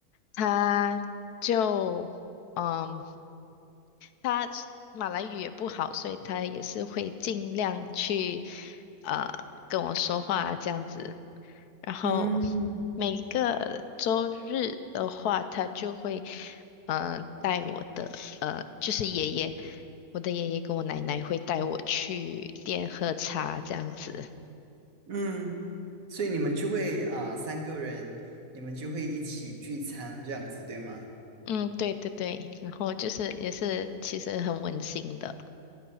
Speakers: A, on the left; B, on the right.
A: 她就。嗯，他是马来语也不好，所以他也是会尽量去呃跟我说话这样子。然后
B: 嗯
A: 每个周日的话，他就会呃带我的，就是爷爷，我的爷爷跟我奶奶会带我去店喝茶这样子。
B: 嗯，所以你们就会啊、三个人，你们就会一起聚餐这样子，对吗？
A: 嗯，对对对，然后就是也是其实很温馨的。